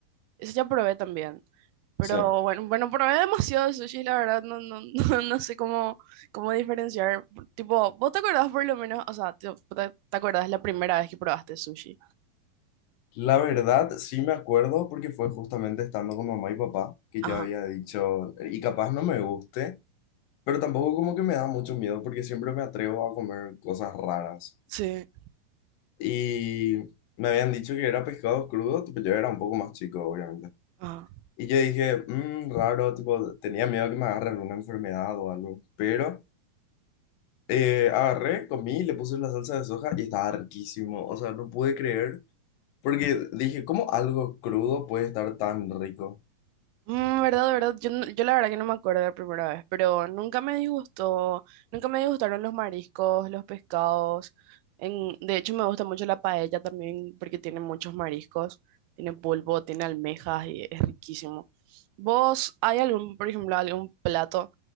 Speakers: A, on the right; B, on the left.
A: Eso ya probé también. Pero
B: Sí.
A: bueno, bueno, probé demasiado sushi, la verdad, no, no, <laughs> no, no sé cómo, cómo diferenciar. Tipo, ¿vos te acordás por lo menos? O sea, te, te, te acordás la primera vez que probaste sushi.
B: La verdad, sí me acuerdo porque fue justamente estando con mamá y papá que
A: Ajá,
B: yo había dicho, y capaz no me guste, pero tampoco como que me da mucho miedo porque siempre me atrevo a comer cosas raras.
A: sí,
B: Y me habían dicho que era pescado crudo, tipo yo era un poco más chico, obviamente.
A: ajá.
B: Y yo dije, mmm, raro, tipo tenía miedo que me agarre alguna enfermedad o algo, pero eh, agarré, comí, le puse la salsa de soja y estaba riquísimo, o sea, no pude creer. Porque dije, ¿cómo algo crudo puede estar tan rico?
A: Mm, verdad, verdad. Yo, no- yo la verdad que no me acuerdo de la primera vez, pero nunca me disgustó, nunca me disgustaron los mariscos, los pescados. En, de hecho, me gusta mucho la paella también porque tiene muchos mariscos, tiene pulpo, tiene almejas y es riquísimo. ¿Vos hay algún, por ejemplo, algún plato